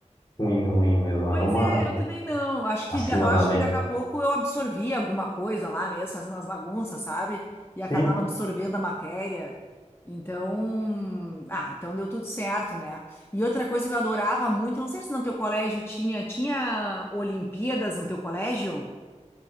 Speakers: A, on the left; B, on the left.
A: ruim, ruim mesmo. Era
B: Pois
A: uma
B: é, eu também não. Acho que,
A: acima
B: da- eu acho
A: da média.
B: que daqui a pouco eu absorvia alguma coisa lá mesmo, fazendo as bagunças, sabe? E
A: Sim.
B: acabava absorvendo a matéria. Então, ah, então deu tudo certo, né? E outra coisa que eu adorava muito, não sei se no teu colégio tinha, tinha Olimpíadas no teu colégio?